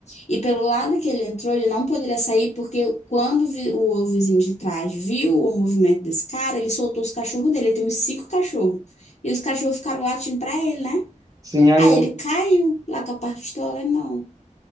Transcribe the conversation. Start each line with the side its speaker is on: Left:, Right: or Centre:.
Left: E pelo lado que ele entrou, ele não poderia sair, porque quando vi- o vizinho de trás viu o movimento desse cara, ele soltou os cachorros dele. Ele tem uns cinco cachorros. E os cachorros ficaram latindo pra ele, né?
Right: Sim, aí
Left: Aí
Right: o
Left: ele caiu lá com a parte do alemão.